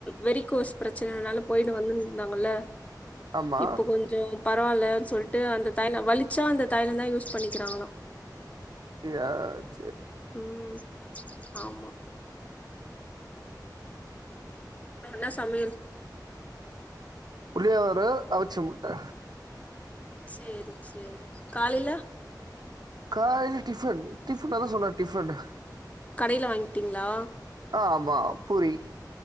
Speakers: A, on the left; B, on the right.
A: வெரிகோஸ் ப்ரச்சனைனாலப் போய்னு வந்துன் தாங்கல்ல
B: ஆமா.
A: இப்பு கொஞ்சோ பரவால்ல சொல்ட்டு அந்த தைய்லோ வலிச்சா அந்த தைய்ல தா யூஸ் பண்ணிக்கிறாங்ளா
B: இ யாத்
A: ம் ஆமா ன்னா சம்யல்
B: புள்ளியாவரு அவிச்சு முட்டே
A: ச்சேரி ச்சேரி காலைய்ல
B: காய்லு டிஃபன் டிஃபன்ன தா சொன்ன டிஃபன்னு
A: கடைல வாங்கிட்டீங்ளா
B: ஆ ஆமா புரி